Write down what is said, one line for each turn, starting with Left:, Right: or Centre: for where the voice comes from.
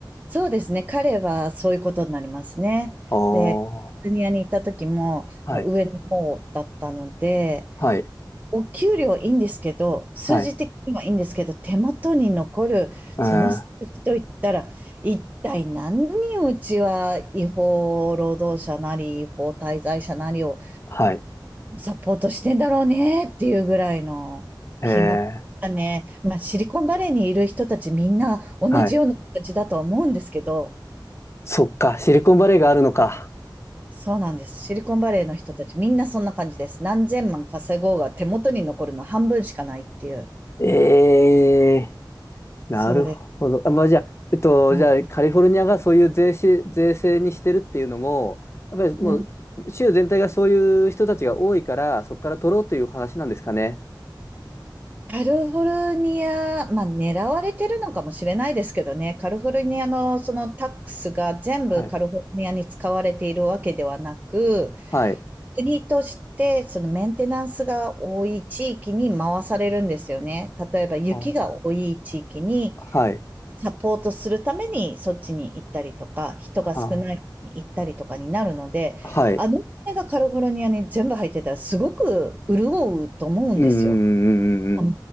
Right: そうですね。彼はそういうことになりますね。
Left: ああー。
Right: で、ジュニアに行った時も、
Left: はい。
Right: まあ、上の方だったので、
Left: はい。
Right: お給料いいんですけど、数字的にはいいんですけど、
Left: はい。
Right: 手元に残るその数字といったら、
Left: うん。
Right: 一体何人うちは違法労働者なり、違法滞在者なりを
Left: はい。
Right: サポートしてんだろうねっていうぐらいの金額。
Left: えー、
Right: ね、まあ、シリコンバレーにいる人たちみんな同じような形だとは思うんですけど、
Left: はい。そっか。シリコンバレーがあるのか。
Right: そうなんです。シリコンバレーの人たちみんなそんな感じです。何千万稼ごうが手元に残るの半分しかないっていう。
Left: ええなるほど。
Right: そうです。
Left: あ、まあ、じゃあ、えっと、
Right: うん
Left: じゃあ、カリフォルニアがそういう税制、税制にしてるっていうのも、やっぱりもう、
Right: うん。
Left: 州全体がそういう人たちが多いから、そこから取ろうという話なんですかね。
Right: カリフォルニア、まあ狙われてるのかもしれないですけどね、カリフォルニアのそのタックスが全部カリフォルニアに使われているわけではなく、
Left: はい。はい。
Right: 国としてそのメンテナンスが多い地域に回されるんですよね。例えば雪が多い地域に
Left: あはい。
Right: サポートするためにそっちに行ったりとか、人が少ないとこに行ったりとかになるので、
Left: あはい。
Right: あのお金がカリフォルニアに全部入ってたらすごく潤うと思うんですよ。
Left: うんうんうんうんうん。
Right: 道